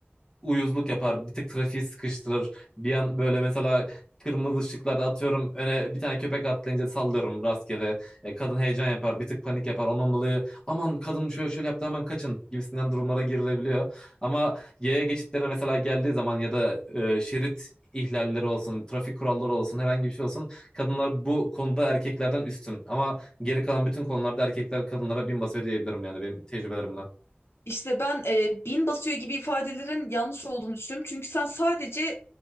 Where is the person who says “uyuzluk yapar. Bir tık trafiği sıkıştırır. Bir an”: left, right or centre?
Left